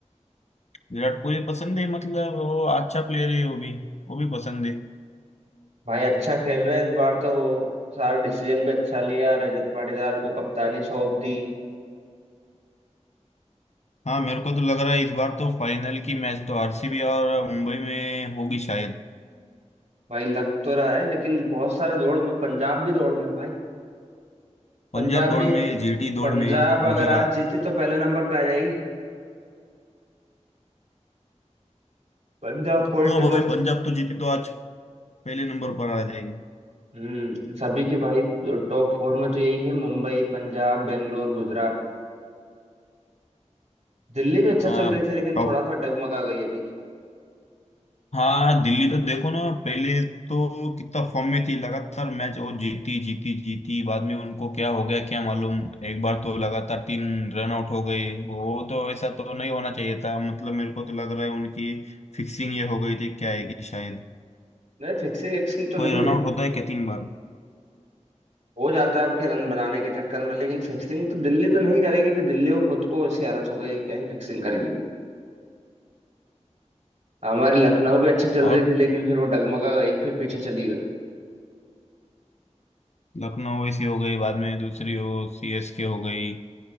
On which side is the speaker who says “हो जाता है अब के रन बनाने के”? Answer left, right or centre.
Right